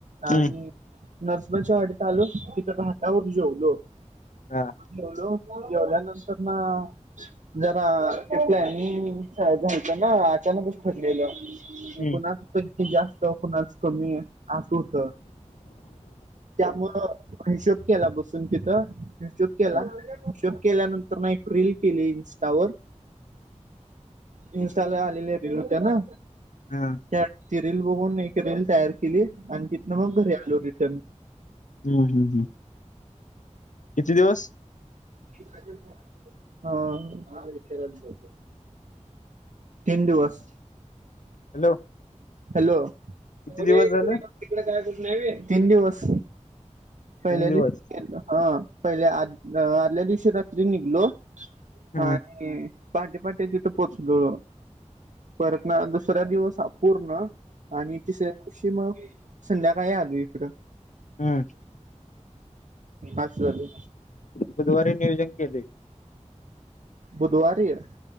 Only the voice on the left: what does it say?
हं,
हा.
हं,
हं,
हा.
हम्म हम्म किती दिवस?
हॅलो
किती
दिवस झालं
तीन दिवस
हम्म
हम
बुधवारी नियोजन केले